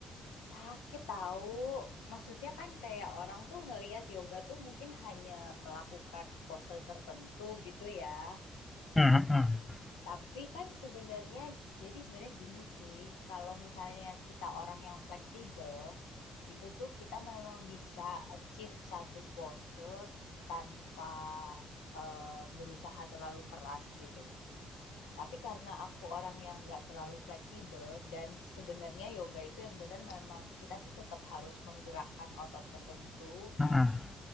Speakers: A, on the left; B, on the left.
A: Sakit tahu. Maksudnya kan kayak orang tuh ngelihat yoga tuh mungkin hanya melakukan pose tertentu gitu ya.
B: Mhm, mhm,
A: Tapi kan sebenarnya jadi sebenarnya gini sih, kalau misalnya kita orang yang fleksibel, itu tuh kita memang bisa achieve satu pose tanpa eh, berusaha terlalu keras gitu. Tapi karena aku orang yang nggak terlalu fleksibel dan sebenarnya yoga itu yang benar memang kita tuh tetap harus menggerakkan otot tertentu.
B: mhm.
A: Nah,